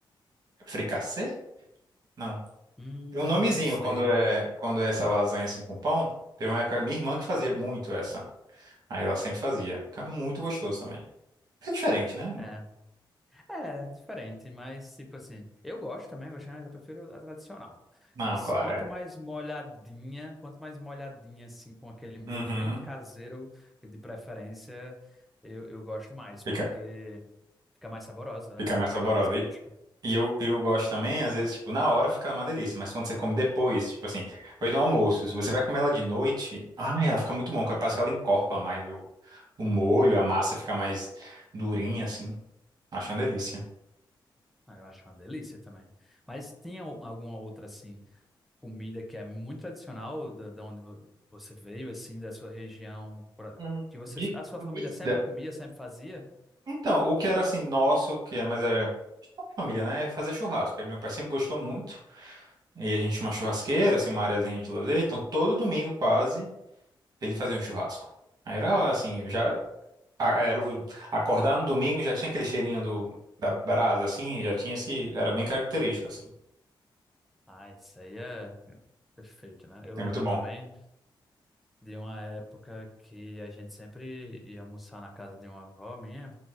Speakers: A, on the right (about 50°); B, in the centre.
A: fricassê? Não.
B: Hum,
A: Tem um nomezinho
B: não sei.
A: quando é quando é essa lasanha assim com pão. Teve uma época minha irmã que fazia muito essa. Aí ela sempre fazia. Fica muito gostoso também. É diferente, né?
B: É, é diferente, mas tipo assim, eu gosto também, gostei, mas eu prefiro a tradicional.
A: Não,
B: E se-
A: claro,
B: quanto
A: é.
B: mais molhadinha, quanto mais molhadinha assim, com aquele molho
A: Uhum.
B: bem caseiro, de preferência, eu, eu gosto mais,
A: Fica,
B: porque fica mais saborosa,
A: fica
B: né?
A: mais
B: Pega
A: saborosa.
B: mais gosto.
A: E eu, eu gosto também, às vezes, tipo, na hora fica uma delícia, mas quando você come depois, tipo assim, depois do almoço, se você vai comer ela de noite, ai, ela fica muito bom, porque parece que ela encorpa mais o, o molho, a massa fica mais durinha, assim. Acho uma delícia.
B: Ah, Eu acho uma delícia também. Mas tinha o- alguma outra assim? comida que é muito tradicional da, da onde vo- você veio, assim, da sua região, pra-
A: Uhum.
B: que você,
A: De
B: a sua
A: comida.
B: família sempre comia, sempre fazia?
A: Então, o que era assim, nosso, que é, mas era família, né? é Fazer churrasco. Aí meu pai sempre gostou muito. E a gente tinha uma churrasqueira, assim, uma areazinha de lazer. Então, todo domingo quase, ele fazia um churrasco. Aí era assim, já. a- era o- acordar no domingo já tinha aquele cheirinho do, da brasa, assim, já tinha esse. Era bem característico, assim.
B: Ah, isso aí é perfeito, né? Eu
A: É
B: lembro
A: muito bom.
B: também de uma época que a gente sempre ia almoçar na casa de uma avó minha,